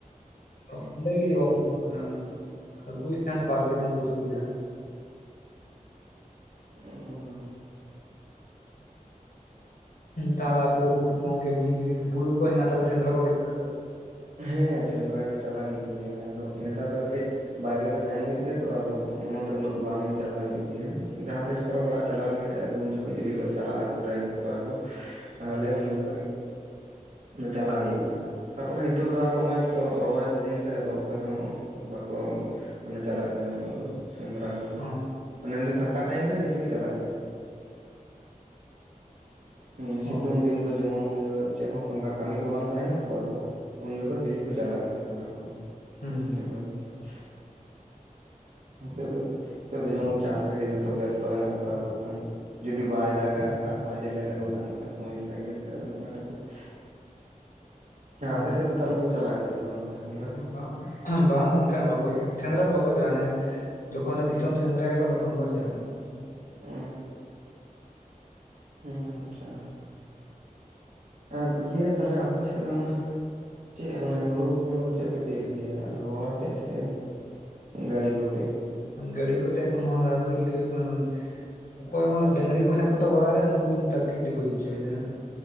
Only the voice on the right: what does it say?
ᱚ᱾
ᱦᱮᱸ ᱥᱮᱸᱫᱽᱨᱟ ᱠᱚ ᱪᱟᱞᱟᱜ ᱦᱩᱭᱩᱜᱭ ᱜᱮᱭᱟ, ᱟᱫᱚ ᱱᱮᱛᱟᱨ ᱫᱚ ᱠᱟᱹᱴᱤᱡ ᱵᱟᱭᱨᱮ ᱨᱮ ᱛᱟᱦᱮᱱ ᱦᱳᱭᱳᱜ ᱜᱮᱭᱟ ᱛᱚ, ᱟᱫᱚ ᱚᱱᱟᱛᱮ ᱩᱱᱟᱹᱜ ᱫᱚ ᱵᱟᱝ ᱪᱟᱞᱟᱜ ᱦᱳᱭᱳᱜ ᱜᱮᱭᱟ ᱡᱟᱦᱟᱸ ᱛᱤᱥ᱾ ᱠᱚ ᱨᱮ ᱚᱲᱟᱜ ᱪᱟᱞᱟᱣ ᱞᱮᱱ ᱠᱷᱟᱱ ᱟᱫᱚ ᱩᱱ ᱡᱚᱠᱷᱚᱱ ᱡᱩᱫᱤ ᱠᱚ ᱪᱟᱞᱟᱜᱼᱟ ᱟᱛᱩ ᱾ ᱨᱮᱱ ᱠᱚᱲᱟ ᱠᱚ ᱛᱟᱦᱚᱞᱮ ᱩᱱ ᱡᱚᱠᱷᱚ᱾ ᱪᱟᱞᱟᱜ ᱦᱳᱭᱳᱠ ᱜᱮᱭᱟ, ᱛᱟᱯᱚᱨᱮ ᱦᱤᱛᱳᱜ ᱫᱚ ᱟᱨ ᱦᱚᱜᱼᱚᱭ ᱛᱚ ᱨᱚᱦᱚᱭ ᱥᱤᱡᱤᱱ ᱥᱮ, ᱟᱫᱚ ᱚᱠᱚᱸᱭ ᱦᱚᱸ ᱵᱟᱠᱚ ᱢᱟᱱᱮ ᱪᱟᱞᱟᱜ ᱜᱮᱭᱟ ᱩᱱᱟᱹᱜ ᱫᱚ ᱥᱮᱸᱫᱽᱨᱟ ᱠᱚᱫᱚ᱾
ᱢᱚᱱᱮ ᱮᱢᱱᱤ ᱯᱷᱟᱸᱠᱟ ᱴᱟᱭᱤᱢ ᱨᱮ, ᱵᱤᱥᱤ ᱠᱚ ᱪᱟᱞᱟᱜ ᱜᱮᱭᱟ ᱾ ᱦᱩᱸᱥᱤᱛᱩᱝ
ᱫᱤᱱ ᱠᱚ ᱡᱮᱢᱚᱱ ᱩᱱᱫᱚ ᱪᱮᱫ ᱦᱚᱸ ᱠᱢᱠᱟ ᱠᱟᱹᱢᱤ ᱠᱚ ᱵᱟᱝ ᱛᱟᱦᱮᱱᱟ ᱛᱚ, ᱟᱫᱚ ᱩᱱ ᱡᱚᱠᱷᱚᱱ ᱵᱤᱥᱤ ᱠᱚ ᱪᱟᱞᱟᱜ ᱜᱮᱭᱟ ᱥᱮᱸᱫᱽᱨᱟ ᱠᱚᱫᱚ ᱾
<unintelligible>
<unintelligible>
ᱱᱤᱛᱚᱜ ᱫᱚ ᱱᱤᱛᱚᱜ ᱫᱚ, ᱡᱮᱢᱚᱱ ᱪᱟᱥ ᱨᱮᱜᱮ ᱡᱚᱛᱚ ᱵᱮᱥᱛᱚ ᱦᱮᱱᱟᱜ ᱠᱚᱣᱟ ᱟᱫᱚᱠᱷᱟᱱ ᱾ ᱡᱩᱫᱤ ᱵᱟᱭ ᱫᱟᱜᱟ, ᱫᱟᱜ ᱠᱚ ᱟᱸᱡᱮᱫ ᱞᱮᱱ ᱛᱟᱠᱚ ᱠᱷᱟᱱ, ᱚᱱᱠᱟ ᱥᱚᱢᱚᱥᱟ ᱜᱮᱭᱟ ᱥᱮ, ᱚᱱᱟ ᱠᱷᱟᱹᱛᱤᱨ ᱾
ᱟᱯᱮ ᱥᱮᱫ ᱫᱚ ᱛᱟᱦᱞᱮ ᱯᱮ, ᱪᱟᱞᱟᱜ ᱜᱮᱭᱟ ᱥᱮ ᱵᱟᱝ ᱚᱝᱠᱟ ᱥᱮᱸᱫᱽᱨᱟ ᱠᱚ?
ᱚ, ᱦᱚ ᱟᱪᱪᱷᱟ, ᱟᱨ ᱤᱭᱟᱹ ᱛᱟᱦᱞᱮ ᱟᱯᱮ ᱥᱮᱫ ᱫᱚ ᱩᱱᱟ? ᱪᱮᱫ ᱢᱟᱱᱮ ᱦᱳᱲᱩ ᱠᱚᱫᱚ, ᱪᱮᱫ ᱛᱮᱯᱮ ᱤᱨ ᱜᱮᱭᱟ, ᱦᱚᱲ ᱟᱛᱮᱜ ᱥᱮ ᱜᱟᱹᱲᱤ ᱠᱚ, ᱟᱛᱮᱫ ᱜᱮ?
ᱦᱮᱸ